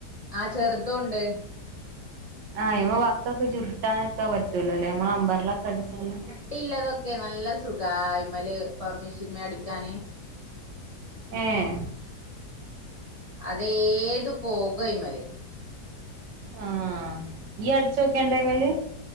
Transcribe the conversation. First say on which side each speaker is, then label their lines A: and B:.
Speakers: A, on the left; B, on the right.
A: ആഹ് ചെറുതും ഉണ്ട്
B: ആഹ അയ്മ വർക്കൊക്കെ ചുരുട്ടാനൊക്കെ പറ്റൂലോല്ലേ നമ്മള അമ്പറിലൊക്കെ അടിച്ചാല
A: ട്ടില്ലതൊക്കെ നല്ല സുഖ അയ്മല് പവർ മെഷീൻ മേ അടിക്കാന്
B: ഏഹ്
A: അതേത് പോകും അയ്മലേ
B: ആഹ് യ്യ് അടിച്ചൊക്കെലുണ്ടൈമല്